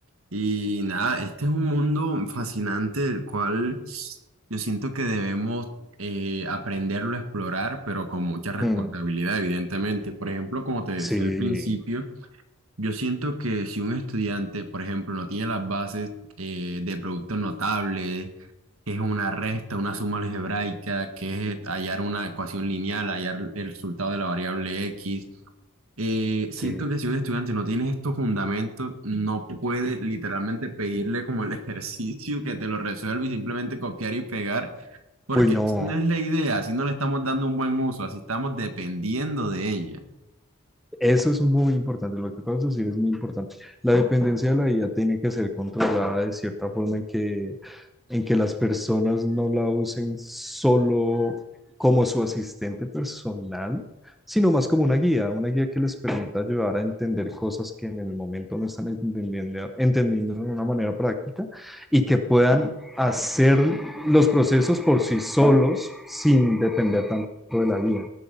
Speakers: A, on the right (about 75°); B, in the centre.
A: Y nada, este es un mundo fascinante del cual yo siento que debemos eh, aprenderlo a explorar, pero con mucha responsabilidad,
B: Mm,
A: evidentemente. Por ejemplo, como te decía
B: sí,
A: al principio, Yo siento que si un estudiante, por ejemplo, no tiene las bases eh, de productos notables, que es una resta, una suma algebraica, que es hallar una ecuación lineal, hallar el resultado de la variable X, eh, siento
B: sí.
A: que si un estudiante no tiene estos fundamentos, no puede literalmente pedirle como el <laughs> ejercicio que te lo resuelva y simplemente copiar y pegar, porque
B: Uy, no,
A: esa no es la idea, así no le estamos dando un buen uso, así estamos dependiendo de ella.
B: Eso es muy importante, lo que acabas de decir es muy importante. La dependencia de la IA tiene que ser controlada de cierta forma en que, en que las personas no la usen solo como su asistente personal, sino más como una guía, una guía que les permita ayudar a entender cosas que en el momento no están entendiendo, entendiendo de una manera práctica y que puedan hacer los procesos por sí solos sin depender tanto de la guía.